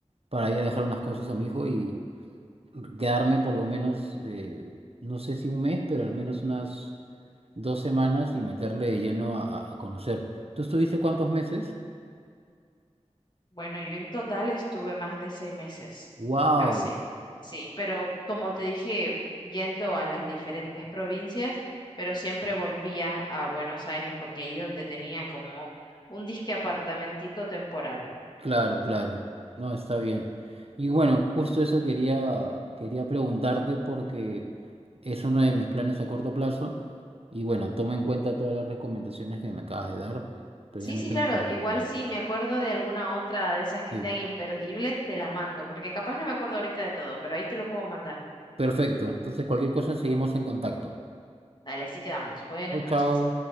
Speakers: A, on the right; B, on the left.
A: para ir a dejar unas cosas a mi hijo y quedarme por lo menos, eh, no sé si un mes, pero al menos unas Dos semanas y meterle de lleno a, a- a conocer. ¿Tú estuviste cuántos meses?
B: Bueno, yo en total estuve más de seis meses,
A: ¡Wow!
B: casi, sí, pero como te dije, yendo a las diferentes provincias, pero siempre volvía a Buenos Aires porque ahí donde tenía como un disque apartamentito temporal.
A: Claro, claro. No, está bien. Y bueno, justo eso quería, quería preguntarte porque es uno de mis planes a corto plazo. Y bueno, toma en cuenta todas las recomendaciones que me acabas de dar, pero
B: Sí,
A: ya me
B: sí,
A: tengo
B: claro,
A: que retirar.
B: igual si me acuerdo de alguna otra de esas que
A: Sí.
B: sean imperdibles, te la mando, porque capaz no me acuerdo ahorita de todo, pero ahí te lo puedo mandar.
A: Perfecto. Entonces, cualquier cosa, seguimos en contacto.
B: Dale, así quedamos. Buenas
A: Chao,
B: noches.
A: chao.